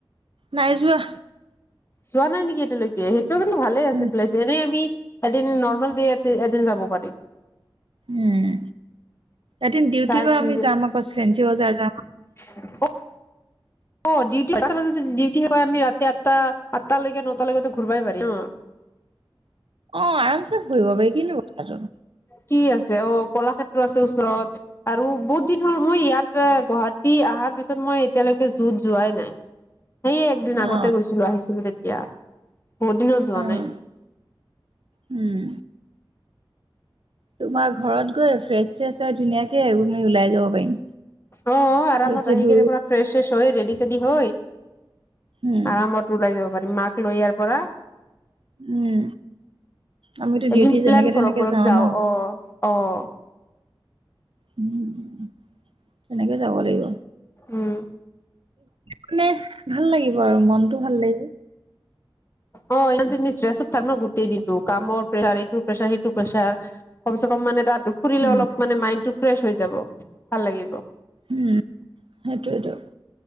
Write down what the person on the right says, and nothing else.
নাই যোৱা।
উম
উম', এদিন ডিউটিৰ
পৰা
আমি যাম আকৌ ফ্ৰেঞ্চি বজাৰ যাম।
অ', আৰামচে ফুৰিব পাৰি কিনো কথাটো
অ
উম
উম। তোমাৰ ঘৰত গৈ, ফ্ৰেছ- ছ্ৰেছ হৈ ধুনীয়াকে আমি ওলাই যাব পাৰিম।
বেছি
দূৰো
উম
উম আমিতো ডিউটি
যেনেকে
তেনেকে
যাওঁ
ন
উম, তেনেকে যাব লাগিব।
মানে ভাল লাগিব আৰু, মনতটো ভাল লাগিব।
উম
উম, সেইটোৱেটো।